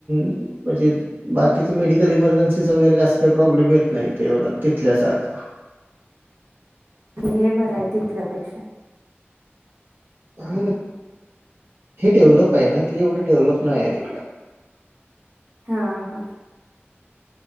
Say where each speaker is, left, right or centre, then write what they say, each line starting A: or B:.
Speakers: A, on the right (about 50°); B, on the right (about 85°).
A: म्हणजे बा मेडिकल इमर्जन्सीचा वगैरे असं काही प्रॉब्लेम येत नाही तेवढा तिथल्या सारखा
B: हे बरं आहे तिथल्यापेक्षा
A: हा हे डेव्हलप आहे ना ते एवढं डेव्हलप नाही आहे तिकडं
B: हा हा